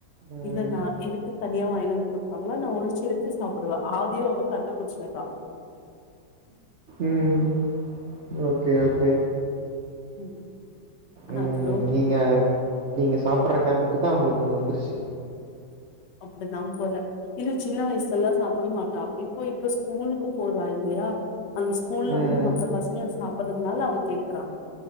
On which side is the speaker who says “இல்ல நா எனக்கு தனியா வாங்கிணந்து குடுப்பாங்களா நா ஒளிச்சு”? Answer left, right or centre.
Left